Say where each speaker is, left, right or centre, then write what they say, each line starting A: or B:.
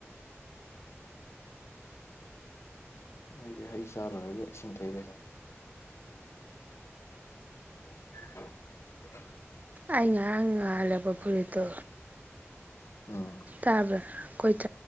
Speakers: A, on the left (about 65°); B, on the right (about 35°).
A: ꯑꯩꯗꯤ ꯍꯩ ꯆꯥ ꯂꯣꯏꯔꯒ ꯏꯁꯤꯡꯊꯛꯏꯔ ꯁꯤꯅꯦ꯫ <unintelligible>
B: ꯑꯩ ꯉꯔꯥꯡ ꯉꯥꯍꯜ ꯂꯩꯔꯛꯄ ꯐꯨꯔꯤꯠꯇꯣ,
A: ꯑꯥ
B: ꯇꯥꯕ꯭ꯔꯥ? ꯈꯣꯏ <unintelligible>